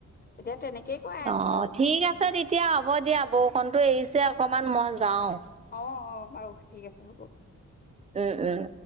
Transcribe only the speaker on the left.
এতিয়া তেনেকেই কৰাই
আছো বাৰু
অ', অ', বাৰু ঠিক আছে হ'ব।